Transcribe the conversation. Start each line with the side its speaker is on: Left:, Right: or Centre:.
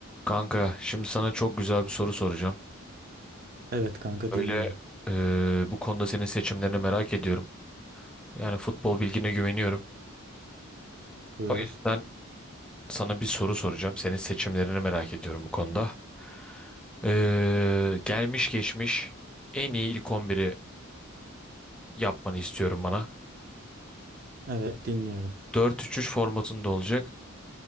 Centre: Kanka, şimdi sana çok güzel bir soru soracağım.
Right: Evet kanka
Centre: Böyle
Right: dinliyorum.
Centre: eee, bu konuda senin seçimlerini merak ediyorum. Yani futbol bilgine güveniyorum.
Right: Buyur.
Centre: O yüzden sana bir soru soracağım. Senin seçimlerini merak ediyorum bu konuda. Eee, gelmiş geçmiş en iyi ilk 11'i yapmanı istiyorum bana.
Right: Evet dinliyorum.
Centre: Dört üç üç formatında olacak.